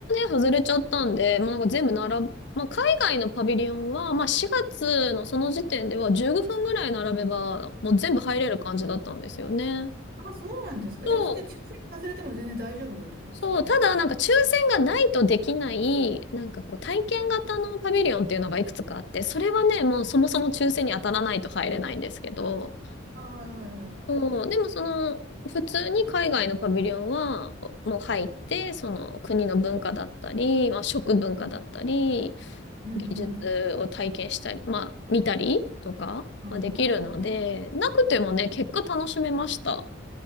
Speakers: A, on the left; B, on the right.
A: はね、外れちゃったんで、もうなんか全部並ぶ、まあ、海外のパビリオンは、まあ、4月のその時点では15分ぐらい並べば、もう全部入れる感じだったんですよね。
B: あ、そうなんですか。
A: そう、
B: じゃあ、別に抽選外れても全然大丈夫ってことですかね、
A: そう、ただなんか抽選がないとできない、
B: じゃあ。
A: なんかこう体験型のパビリオンっていうのがいくつかあって、それはね、もうそもそも抽選に当たらないと入れないんですけど、
B: あ、はいはいはいはい。
A: そう、でもその、普通に海外のパビリオンはもう入って、その国の文化だったり、まあ、食文化だったり、
B: うんうん
A: 技術を体験したり、まあ、見たりとか、
B: うんああ。
A: まあ、できるので、なくてもね、結果楽しめました。